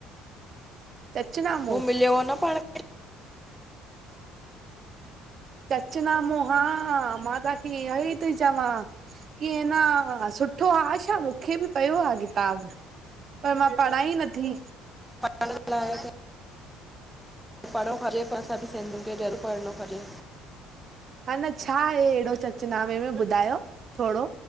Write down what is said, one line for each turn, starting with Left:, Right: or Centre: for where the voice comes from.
Right: चचनामो
Centre: हू मिलियो उ न पाण
Right: सच नामो हा मां तहांखे इय ई थी चवां की न सु ठो हा छा मूंखे बि पियो आहे किताब पर मां पढ़ाई ई नथी।
Centre: <unintelligible> पढ़ण खपे पर सभु सिंधियुनि खे जरूर पढ़ण खपे।
Right: अ न छा आहे अहिड़ो सचनामे में ॿुधायो थोॾो?